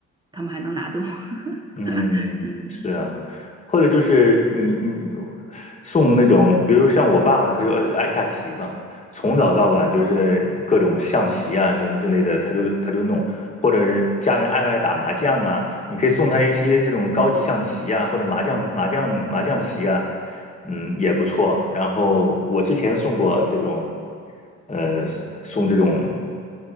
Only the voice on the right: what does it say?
他们还能拿动。
<laughs> 嗯。